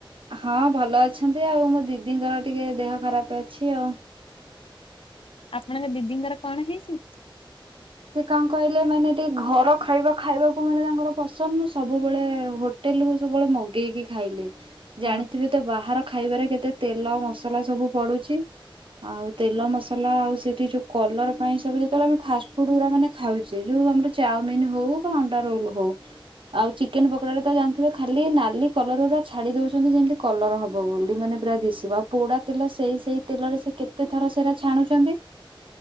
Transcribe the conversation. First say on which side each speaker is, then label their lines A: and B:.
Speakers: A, on the right (about 70°); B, on the left (about 75°).
A: ହଁ ଭଲ ଅଛନ୍ତି ଆଉ ମୋ ଦିଦିଙ୍କର ଟିକେ ଦେହ ଖରାପ ଅଛି ଆଉ।
B: ଆପଣଙ୍କ ଦିଦିଙ୍କର କଣ ହେଇଛି?
A: ସେ କଣ କହିଲେ ମାନେ ଟିକେ ଘର ଖାଇବା ଖାଇବାକୁ ମାନେ ତାଙ୍କର ପସନ୍ଦ ମୁ ସବୁବେଳେ ହୋଟେଲ ରୁ ସବୁବେଳେ ମଗେଇକି ଖାଇଲେ।
B: ହଁ
A: ଜାଣିଥିବେ ତ ବାହାର ଖାଇବାରେ କେତେ ତେଲ ମସଲା ସବୁ ପଡୁଛି ଆଉ ତେଲ ମସଲା ଆଉ ସେଠି ଯୋଉ କଲର ପାଇଁ ସବୁ ଯେତେବେଳେ ଆମେ ଫାଷ୍ଟ ଖାଉ ଯୋଉ ଆମର ଚାମିନ ହଉ ବା ଅଣ୍ଡା ରୋଲ ହଉ ଆଉ ଚିକେନ ପକୋଡାରେ ତ ଜାଣିିବେ ଖାଲି ନାଲି କଲର ଛାଡି ଦଉଛନ୍ତି ଯେମତି କଲର ହବ ବୋଲି ମାନେ ପ ଦିଶିବ ପୋଡା ତେଲ ସେଇ ସେଇ ତେଲରେ ସେ କେତେ ଥର ସେ ଛାଣୁଛନ୍ତି